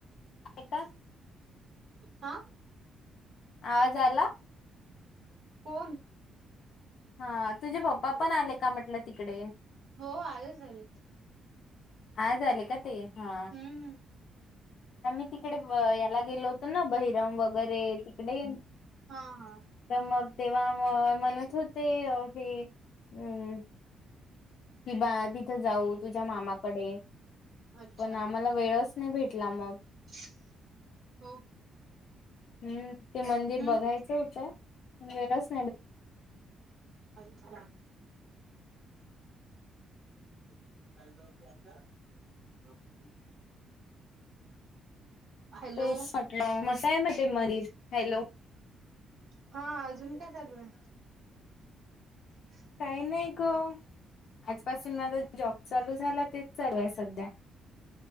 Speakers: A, on the left; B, on the right.
A: ता
B: हा.
A: आवाज आला.
B: फोन.
A: हा तुझे पप्पा पण आले का म्हटलं तिकडे.
B: हो आलेच आलेत.
A: हा झाले का ते हा
B: हम्म
A: आम्ही ती तिकडे याला गेलो होत ना, बहिरम वगैरे तिकडे.
B: हा हा.
A: तर मग तेव्हा म म्हणत होते की अम. कि बा तिथं जाऊ तुझ्या मामाकडे.
B: अच्छा
A: पण आम्हाला वेळच नाही भेटला मग.
B: <inaudible>
A: हम्म ते मंदिर
B: हम्म
A: बघायचं होतं पण वेळस्
B: अच्छा. <unintelligible> हॅलो
A: तेस म्हंटल ते मसाय मते मारीज हॅलो.
B: हा अजून का चालू आहे? हम <inaudible>
A: काही नाही ग आजपासून माझ जॉब झाल तेच चालू आहे सध्या.